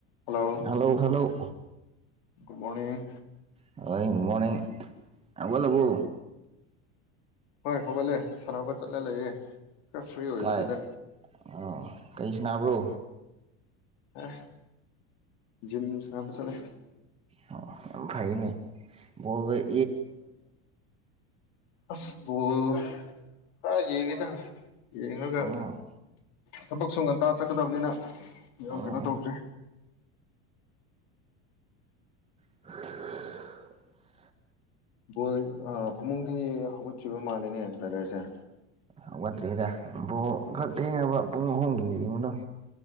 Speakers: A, on the left; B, on the right.
A: ꯍꯜꯂꯧ
B: hello hello
A: good morning
B: <unintelligible> ꯒꯨ morning ꯍꯧꯒꯠꯂꯕꯣ?
A: ꯍꯣꯏ ꯍꯧꯒꯠꯂꯦ ꯁꯥꯟꯅꯕ ꯆꯠꯂꯥ ꯂꯩꯌꯦ ꯈꯔ ꯐ꯭ꯔꯤ ꯑꯣꯏꯕꯗꯨꯗ
B: ꯀꯥꯏ ꯑꯣ ꯀꯩ ꯁꯟꯅꯥꯕ꯭ꯔꯣ?
A: ꯍꯥ ꯖꯤꯝ ꯁꯟꯅꯥꯕ ꯆꯠꯂꯦ
B: ꯑꯣ ꯌꯥꯝ ꯐꯩꯅꯦ ꯕꯣꯜ ꯂꯣꯏ
A: ꯑꯁ ꯕꯣꯜ ꯈꯔ ꯌꯦꯡꯉꯦꯗ ꯌꯦꯡꯉꯒ
B: ꯑꯣ
A: ꯊꯕꯛ ꯁꯨ ꯉꯟꯇꯥ ꯆꯠꯀꯗꯕꯅꯤꯅ ꯌꯥꯝ
B: ꯑꯣ
A: ꯀꯩꯅꯣ ꯇꯧꯗ꯭ꯔꯦ
B: ꯑꯣ <inaudible>
A: ꯕꯣꯜ ꯐꯃꯨꯡꯗꯩ ꯌꯦꯡꯉ ꯍꯧꯒꯠꯈꯤꯕ ꯃꯥꯜꯂꯦꯅꯦ ꯕ꯭ꯔꯗꯔꯁꯦ
B: ꯍꯧꯒꯠꯇ꯭ꯔꯤꯗ ꯕꯣ ꯈꯔ ꯊꯦꯡꯉꯕ ꯄꯨꯡ ꯑꯍꯨꯝꯒꯤ ꯌꯦꯡꯕꯗꯣ